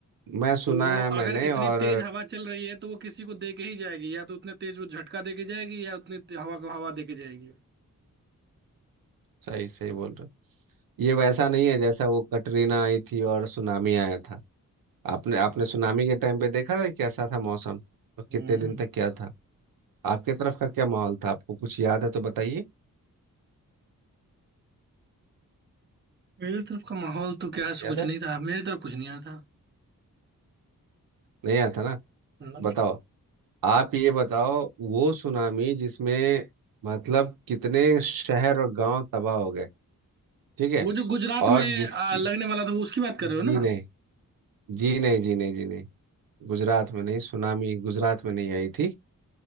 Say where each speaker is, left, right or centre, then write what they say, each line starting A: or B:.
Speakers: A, on the right; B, on the right.
A: मैं
B: तो
A: सुना
B: वो
A: है मैंने
B: अगर इतनी
A: और
B: तेज हवा चल रही है तो वो किसी को दे के ही जाएगी या तो उतने तेज वो झटका दे के जाएगी या उतनी ते- हवा को हवा दे के जाएगी
A: सही सही बोल रहे हो। ये वैसा नहीं है जैसा वो कटरीना आई थी और सुनामी आया था आपने आपने सुनामी के टाइम पे देखा था कैसा था मौसम और कितने
B: हम्म
A: दिन तक क्या था आपके तरफ का क्या माहौल था आपको कुछ याद है तो बताइए
B: मेरी तरफ का माहौल तो क्या
A: कुछ
B: है,
A: याद
B: कुछ
A: है
B: नहीं था मेरी तरफ कुछ नहीं आया था
A: नहीं याद था ना
B: ना।
A: बताओ आप ये बताओ वो सुनामी जिसमें मतलब कितने शहर और गांव तबाह हो गए ठीक है
B: वो जो गुजरात
A: और
B: में
A: जिसकी
B: आ, लगने वाला था वो उसकी बात कर रहे
A: जी
B: हो ना
A: नहीं जी नहीं जी नहीं जी नहीं गुजरात में नहीं सुनामी गुजरात में नहीं आई थी